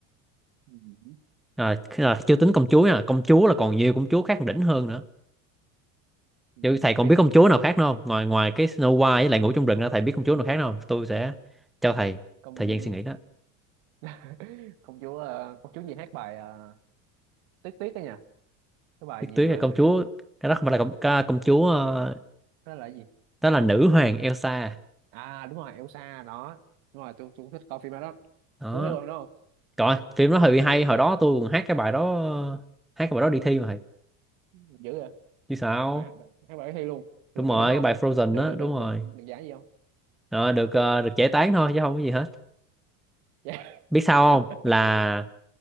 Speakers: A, on the right; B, in the centre.
A: Ừ.
B: Rồi, khi- rồi, chưa tính công chúa nha, công chúa là còn nhiều công chúa khác đỉnh hơn nữa.
A: ừ,
B: Vậy thầy còn
A: phim
B: biết công chúa nào khác nữa không? Ngoài ngoài cái Snow White với lại ngủ trong rừng đó, thầy biết công chúa nào khác nữa không? Tôi sẽ cho thầy
A: công
B: thời gian suy nghĩ đó.
A: <laughs> công chúa ờ, công chúa gì hát bài ờ, tiếc tiếc đó nha cái bài
B: Biết
A: gì
B: tuyết
A: mà
B: là công chúa, cái đó không phải là công, ca- công chúa, ờ,
A: nó là cái gì
B: đó là nữ hoàng Elsa.
A: à đúng rồi Elsa đó đúng rồi tôi tôi cũng thích coi phim đó đó
B: Đó.
A: Cô thấy coi phim đó không
B: Rồi, phim đó hơi hay, hồi đó tôi còn hát cái bài đó, hát cái bài đó đi thi mà thầy.
A: dữ vậy.
B: Chứ sao?
A: phải tháng bảy thi luôn được
B: Đúng rồi,
A: được điểm không
B: cái bài Frozen
A: được
B: đó,
A: được được
B: đúng rồi.
A: được được giải gì không
B: Rồi, được ờ, được giải tán thôi chứ không có gì hết.
A: dạ
B: biết sao
A: <laughs>
B: không là